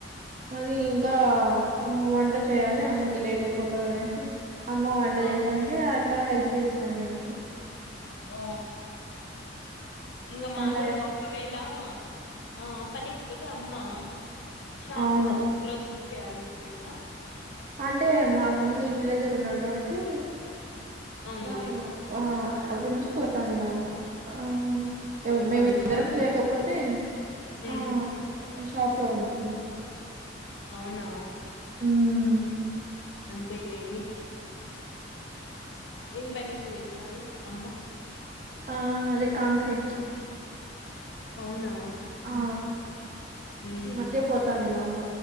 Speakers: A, on the right; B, on the left.
A: మళ్ళీ ఇంకా వంట చేయాలి అమ్మకి లేట్ అయిపోతది అనేసి అమ్మ వంట
B: ఆ
A: చేసాంటే అట్లా హెల్ప్ చేస్తా నేను
B: ఓ ఇంగ మామూలుగా
A: వంట
B: ఒకవేళ ఆ పనికి పోతే అమ్మ షాపు
A: అవును
B: అప్పుడు క్లోజ్ చేయాలి అ
A: అంటే మా తమ్ముడు ఇంటి దగ్గర ఉన్నాడు కాబట్టి
B: అవునులే
A: వాడు ఆ అప్పుడు నుంచి పోతాంది మా అమ్మ ఆ
B: ఓ
A: మేమిద్దరం
B: పనికా
A: లేకపోతే
B: ఉమ్
A: ఆ షాప్ లో ఉంటుంది
B: అవునా
A: హ్మ్
B: అంతే లేండి ఏం పనికి వెళ్తారు అమ్మ
A: ఆ అదే కాంక్రీట్
B: అవునా
A: ఆ
B: ఉమ్
A: ఈ మధ్య పోతంది మా అమ్మ